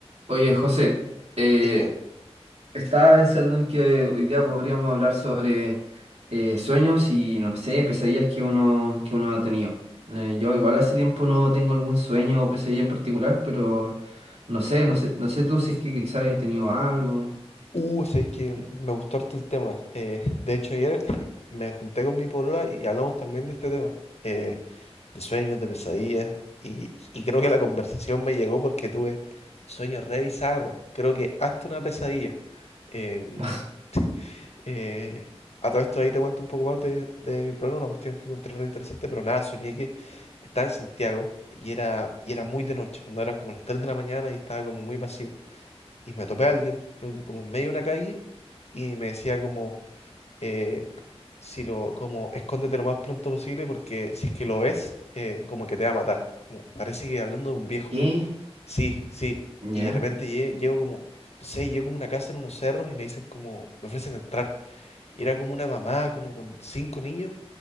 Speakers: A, on the right (about 75°); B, on the left (about 80°).
A: Oye, José, eh,
B: Dime.
A: estaba pensando en que hoy día podríamos hablar sobre eh, sueños y, no sé, pesadillas que uno, que uno ha tenido. Eh, yo igual hace tiempo no tengo algún sueño o pesadilla en particular, pero no sé, no sé, no sé tú si es que quizás hayas tenido algo.
B: Uh, sabes que
A: ¿Qué?
B: me gustó harto el tema. Eh, de hecho, ayer <laughs> me junté con mi polola y hablamos también de este tema, eh, de sueños, de pesadillas, y, y creo que la conversación me llegó porque tuve sueños re bizarros. Creo que hasta una pesadilla. En-
A: <laughs>
B: eh, a todo esto ahí te cuento un poco más de, de mi problema, una cuestión que encontré re interesante, pero nada, soñé que estaba en Santiago y era, y era muy de noche, cuando eran como las 3 de la mañana y estaba como muy vacío. y me topé a alguien, creo que como en medio de una calle, y me decía como, eh, si lo, como, escóndete lo más pronto posible porque si es que lo ves, eh, como que te va a matar. Como, parece que hablando de un viejo.
A: ¿Qué?
B: Sí, sí.
A: ¿Ya?
B: Y de repente lle- llego como, no sé, llego como a una casa en unos cerros y me dicen como, me ofrecen entrar. Y era como una mamá, como con cinco niños,